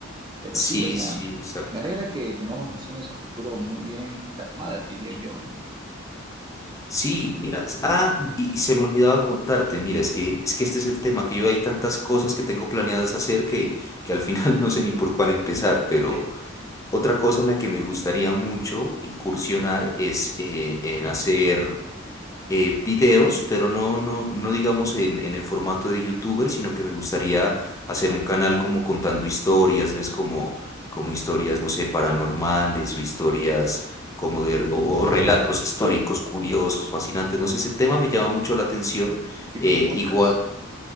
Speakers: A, on the right; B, on the left.
A: Pero
B: Sí,
A: sí, o sea,
B: sí, exacto.
A: me alegra que tengamos visiones a futuro muy bien plasmadas, diría yo,
B: Sí, mira, s- ah, y, y se me olvidaba contarte, mira, es que, es que este es el tema, que yo hay tantas cosas que tengo planeadas hacer que, que al final <laughs> no sé ni por cuál empezar, pero
A: ¿eh?
B: otra cosa en la que me gustaría mucho incursionar es eh, en hacer eh, videos, pero no, no, no digamos en, en el formato de youtuber, sino que me gustaría hacer un canal como contando historias, ¿ves? Como, como historias, no sé, paranormales o historias como de, o, o relatos históricos curiosos, fascinantes, no sé, ese tema me llama mucho la atención,
A: <laughs> ¿Tipo
B: eh,
A: un podcast?
B: igual.